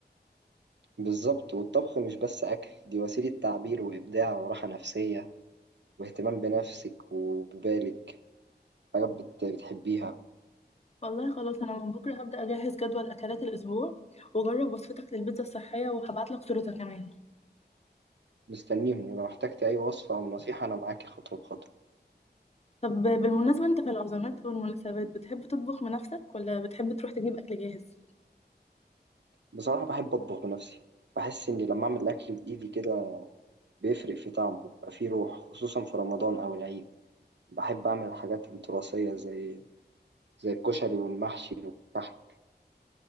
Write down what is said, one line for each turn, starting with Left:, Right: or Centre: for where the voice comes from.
Right: بالظبط والطبخ مش بس أكل دي وسيلة تعبير وإبداع وراحة نفسية واهتمام بنفسك وببالك حاجات بت- بتحبيها
Left: والله خلاص انا من بكرة هبدأ اجهز جدول اكلات الاسبوع وجرب وصفتك للبيتزا الصحية وهبعتلك صورتها كمان
Right: مستنيهم ولو احتجت أي وصفة أو نصيحة أنا معاك خطوة بخطوة
Left: طب بالمناسبة انت في العزومات والمناسبات بتحب تطبخ بنفسك ولا بتحب تروح تجيب أكل جاهز؟
Right: بصراحة بحب أطبخ بنفسي بحس إني لما أعمل الأكل بإيدي كده بيفرق في طعمه بيبقى فيه روح خصوصا في رمضان أو العيد بحب أعمل الحاجات التراثية زي زي الكشري والمحشي والكحك